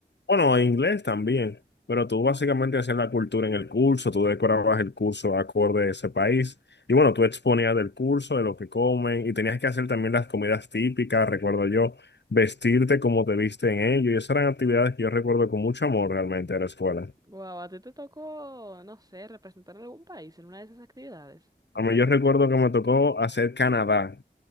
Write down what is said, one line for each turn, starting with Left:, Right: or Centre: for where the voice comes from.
Left: bueno, en inglés también. Pero tú básicamente hacías la cultura en el curso, tú decorabas el curso acorde a ese país. Y bueno, tú exponías del curso, de lo que comen, y tenías que hacer también las comidas típicas, recuerdo yo vestirte como te viste en ello. Y esas eran actividades que yo recuerdo con mucho amor realmente de la escuela.
Right: Guau, ¿a ti te tocó, no sé, representar a algún país en una de esas actividades?
Left: A mí yo recuerdo que me tocó hacer Canadá.